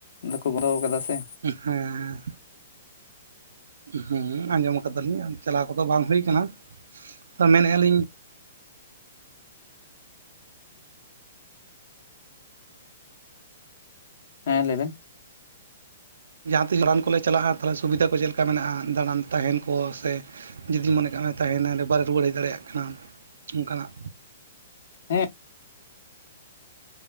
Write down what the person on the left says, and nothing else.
ᱵᱟᱠᱚ ᱜᱚᱲᱚ ᱠᱟᱫᱟ ᱥᱮ
ᱦᱮᱸ ᱞᱟᱹᱭ ᱵᱮᱱ
ᱦᱮᱸ